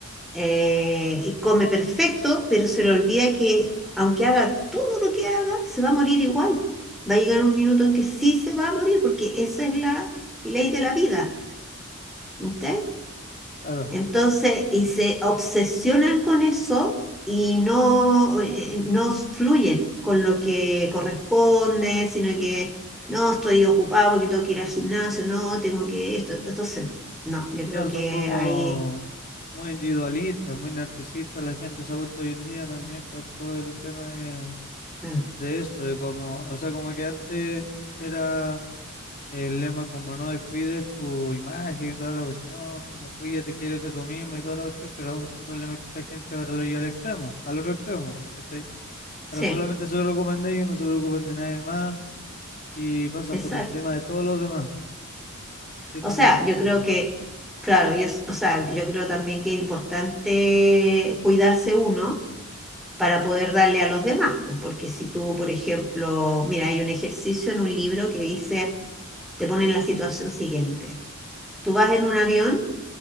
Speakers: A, in the centre; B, on the left (about 40°).
A: eh, y come perfecto, pero se le olvida que aunque haga todo lo que haga, se va a morir igual. Va a llegar un minuto en que sí se va a morir, porque esa es la ley de la vida. ¿ok?
B: claro,
A: Entonces,
B: sí.
A: y se obsesionan con eso y no, eh, eh, no fluyen con lo que corresponde, sino que no, estoy ocupado porque tengo que ir al gimnasio, no, tengo que esto. Entonces, no, no, yo creo
B: Claro,
A: que
B: son como
A: ahí,
B: muy individualistas, muy narcisistas. La gente se ha vuelto hoy en día también con todo el tema de,
A: no.
B: de eso, de como, o sea, como que antes era El lema como no descuides tu imagen y toda la cuestión, como cuídate, quiérete tú mismo y toda la cuestión, pero el problema es que la gente ahora lo lleva al extremo, al otro extremo, ¿cachai?
A: Sí,
B: Ahora solamente se preocupan de ellos, no se preocupan de nadie más y pasan
A: exacto.
B: por encima de todos los demás, sin
A: O sea,
B: importar
A: yo creo
B: nada.
A: que, claro, yo, o sea, yo creo también que es importante cuidarse uno para poder darle a los demás, pues, porque si tú, por ejemplo, mira, hay un ejercicio en un libro que dice te pone en la situación siguiente. Tú vas en un avión,